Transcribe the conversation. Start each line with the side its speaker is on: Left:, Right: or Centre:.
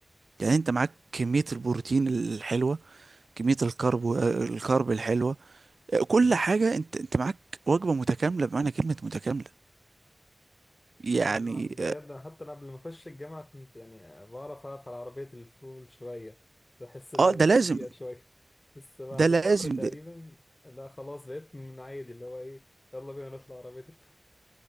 Right: يعني انت معاك كمية البروتين الحلوة كمية الكرب الكرب الحلوة كل حاجة انت انت معاك وجبة متكاملة بمعنى كلمة متكاملة يعني
Left: ايوه بجد أنا حتى انا قبل ما اخش الجامعه كنت يعني بعرف اقف على عربيه الفول شويه بحس ان
Right: اه
Left: هي
Right: ده لازم
Left: بيئه شويه بس بعد
Right: ده
Left: شهر
Right: لازم
Left: تقريبا
Right: ده
Left: لا خلاص بقيت من عادي اللي هو ايه يلا بينا نطلع عربيه الفول